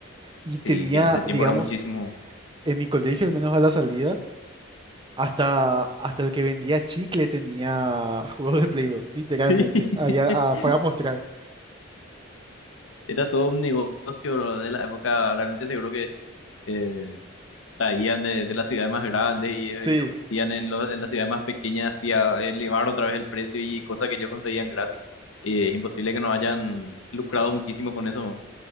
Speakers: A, on the right; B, on the left.
A: Y tenía,
B: Sí, que en ese tiempo
A: digamos,
B: era muchísimo.
A: en mi colegio, al menos a la salida, hasta, hasta el que vendía chicle tenía <laughs> juegos de Play dos literalmente,
B: <laughs>
A: ahí a- a- para mostrar.
B: Sí, Era todo un negocio lo de la época. Realmente seguro que. eh, traían de, de las ciudades más grandes y, eh,
A: Sí.
B: y ofrecían en, los- en las ciudades más pequeñas así a elevar otra vez el precio y cosas que ellos conseguían gratis. Y es imposible que no hayan lucrado muchísimo con eso. ¿no?